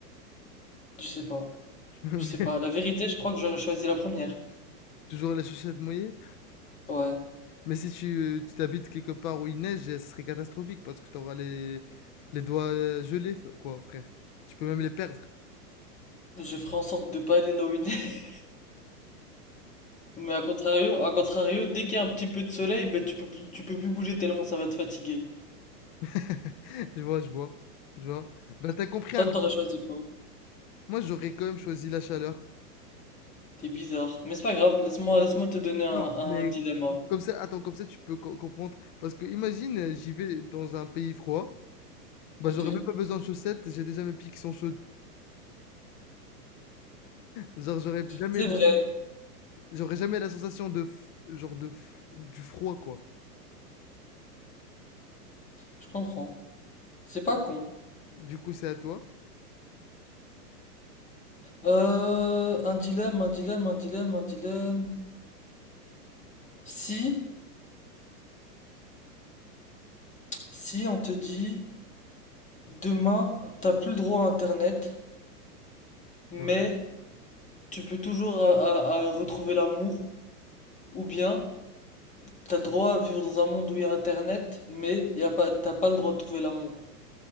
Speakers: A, on the left; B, on the left.
A: Je sais pas.
B: <laughs>
A: Je sais pas. La vérité, je crois que j'aurais choisi la première.
B: Toujours les chaussettes mouillées.
A: Ouais.
B: Mais si tu tu t'habites quelque part où il neige, ce serait catastrophique parce que tu auras les, les doigts euh, gelés, f- quoi, frère. Tu peux même les perdre.
A: Je ferai en sorte de pas aller là où il <laughs> neige. Mais à contrario, à contrario, dès qu'il y a un petit peu de soleil, bah, tu peux plus, tu peux plus bouger tellement ça va te fatiguer.
B: <laughs> Je vois, je vois, je vois. Ben, t'as compris
A: Toi,
B: un
A: t'aurais
B: peu.
A: choisi quoi?
B: Moi, j'aurais quand même choisi la chaleur.
A: T'es bizarre. Mais c'est pas grave, laisse-moi, laisse-moi te donner un,
B: Non,
A: un
B: mais
A: dilemme.
B: comme ça, attends, comme ça, tu peux co- comprendre. Parce que imagine, euh, j'y vais dans un pays froid. Bah,
A: Ok?
B: j'aurais même pas besoin de chaussettes, j'ai déjà mes pieds qui sont chaudes. Genre, j'aurais jamais,
A: C'est vrai,
B: j'aurais jamais la sensation de, f- genre de, f- du froid, quoi.
A: je comprends. C'est pas con.
B: Du coup, c'est à toi.
A: Euh, un dilemme, un dilemme, un dilemme, un dilemme. Si, si on te dit, demain, t'as plus le droit à Internet, mais
B: Ouais.
A: tu peux toujours à- à- à retrouver l'amour, ou bien T'as le droit à vivre dans un monde où il y a Internet, mais y a pas, t'as pas le droit de trouver l'amour.